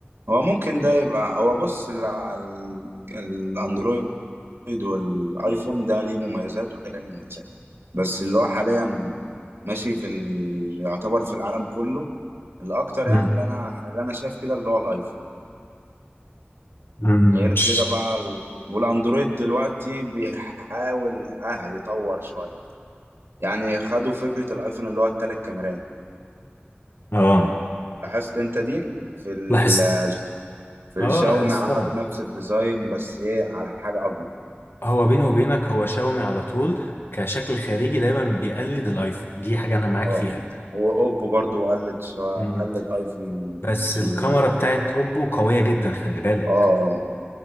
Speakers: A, on the right (about 75°); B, on the left (about 65°).
A: هو ممكن ده يبقى هو بص ال- ال- الاندرويد والايفون ده ليه مميزات وده ليه مميزات بس اللي هو حاليا ماشي في ال... يعتبر في العالم كله الاكتر
B: مم.
A: يعني اللي انا اللي انا شايف كده اللي هو الايفون
B: مم.
A: غير
B: تش.
A: كده بقى ال... والاندرويد دلوقتي بيحاول اه يطور شوية يعني خدوا فكرة الايفون اللي هو التلات كاميرات
B: اه
A: لاحظت انت دي في ال
B: لاحظت
A: في الشاومي
B: اه لاحظتها
A: عملوا نفس الديزاين بس ايه على حاجة اكبر
B: هو بيني وبينك هو شاومي على طول كشكل خارجي دايما بيقلد الايفون دي حاجه انا معاك
A: اه
B: فيها
A: واوبو برضو قلد شو
B: مم.
A: قلد ايفون
B: بس
A: في
B: الكاميرا
A: ال...
B: بتاعت اوبو قويه جدا خلي بالك
A: اه